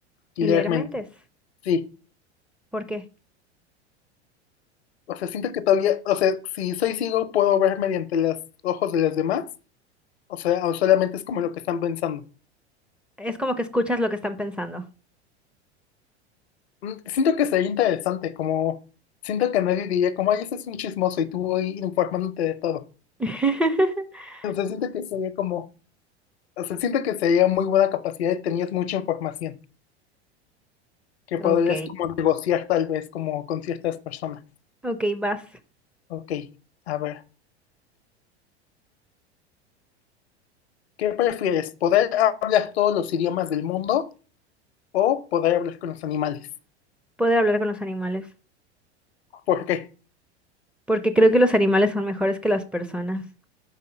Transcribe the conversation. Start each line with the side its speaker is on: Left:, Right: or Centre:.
Left: y
Centre: y
Left: leer
Centre: leer
Left: mente.
Centre: mentes?
Left: Sí.
Centre: ¿Por qué?
Left: O sea, siento que todavía, o sea, si soy ciego puedo ver mediante los ojos de los demás. O sea, o solamente es como lo que están pensando.
Centre: Es como que escuchas lo que están pensando.
Left: Mm, Siento que sería interesante, como siento que nadie diría como, ay, ese es un chismoso y tú voy informándote de todo.
Centre: <laughs>
Left: O sea, siento que sería como, o sea, siento que sería muy buena capacidad y tenías mucha información que
Centre: Ok,
Left: podrías como negociar tal vez como con ciertas personas.
Centre: ok, vas.
Left: Ok, a ver, ¿qué prefieres? ¿Poder hablar todos los idiomas del mundo? o poder hablar con los animales.
Centre: Poder hablar con los animales,
Left: Porque
Centre: porque creo que los animales son mejores que las personas.